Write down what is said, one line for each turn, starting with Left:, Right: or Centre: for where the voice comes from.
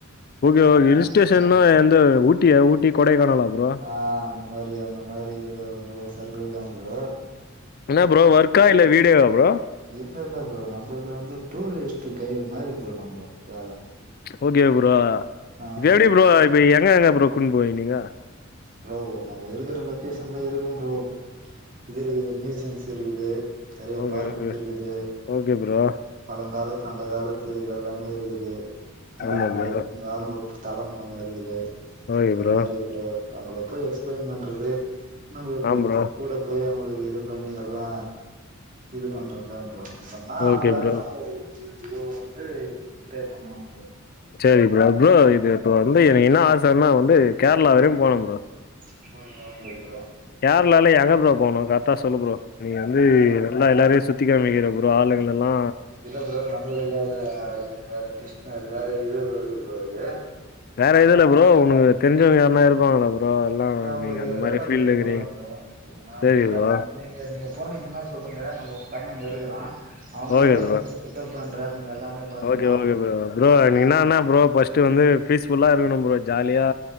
Left: ஓகே ஓக் இல்ஸ்டேஷன்னா
Right: ந ஆ
Left: எந்த ஊட்டியா ஊட்டி கொடைக்கானலா ப்ரோ
Right: ஆ அந்த மாரி அந்த மாரி இதுதா ப்ரோ சர்க்குள் தா ப்ரோ
Left: என்ன ப்ரோ வர்க்கா இல்ல வீடியோவா ப்ரோ
Right: இல் இல்ல ப்ரோ நம்புள்து வந்து டூரிஸ்ட்டு கைடு மாறி ப்ரோ நம்ப வேல
Left: ஓகே ப்ரோ
Right: ஆ
Left: இப் எப்டி ப்ரோ இப் எங்க எங்க ப்ரோ கூன் போவீ நீங்க
Right: ப்ரோ நம் இருக்கிற லொக்கேஷன்லா இருக்கு ப்ரோ இது இருக்குது ம்யூசியம்ஸ் இருக்குது நெறைய
Left: ஓகே
Right: பார்க்கண்ட்
Left: ஓகே
Right: இருக்குது
Left: ஓகே ப்ரோ
Right: பழங்காலத்து அந்த காலத்து இதெல்லாமே இருக்குது இராணுவ
Left: ஆமா ப்ரோ
Right: இராணுவத் தளம் ஒன்னு இருக்குது
Left: ஓகே
Right: அந்த
Left: ப்ரோ
Right: மாரி இதுல அவ்ங்கள போய் எக்ஸ்பிளைன் பண்றது நம்பளுக்கு
Left: ஆ ப்ரோ
Right: கூட போய் அவ்ங்களுக்கு இது பண்ணி எல்லா இது பண்றது தா ப்ரோ சொன்னா அவ்ங்கள
Left: ஓகே ப்ரோ
Right: அவங்கள இது இது இது வந்ட்டு பே பண்ணவா முடியு
Left: சேரி ப்ரோ ப்ரோ இது இப்ப வந்து எனக்கு என்ன ஆசன்னா வந்து கேர்ளா வரையு போணு ப்ரோ
Right: <unintelligible>
Left: கேர்ளால எங்க ப்ரோ போனு கரக்டா சொல்லு ப்ரோ நீ வந்து
Right: ப்ரோ
Left: இத எல்லா எல்லாரையு சுத்தி காமிக்குற ப்ரோ ஆளுங்களெல்லா
Right: இல்ல ப்ரோ நம்மளுக்கு அது அது வேற டிஷ் அது வேற இது வருது ப்ரோ அது
Left: வேற எதுல ப்ரோ உனக்கு தெரிஞ்சவ்ங்க யாருனா இருப்பாங்களா ப்ரோ எல்லா
Right: நா உங்களுக்கு
Left: நீங்க அந்த மாரி
Right: ரெஃபர்
Left: ஃபீல்ட்ல
Right: பண்ணி
Left: இருக்கிறீங்க
Right: வுட்றே ப்ரோ இது நா உங்க
Left: சரி
Right: ரெஃபர்
Left: ப்ரோ
Right: நீங்க நீங்க போனீங்கனா சொல்லுங்க நம்ம பைய இருக்கிறா அவ்னே
Left: ஓகே
Right: வந்து
Left: ப்ரோ
Right: உங்கள பிக்கப் பண்றேனு எல்லாமே பாத்துப்பா
Left: ஓகே ஓகே ப்ரோ ப்ரோ
Right: நீங்க
Left: எனக்கு என்னானா ப்ரோ ஃபஸ்ட்டு வந்து பீஸ் ஃபுல்லா இருக்கணு ப்ரோ ஜாலியா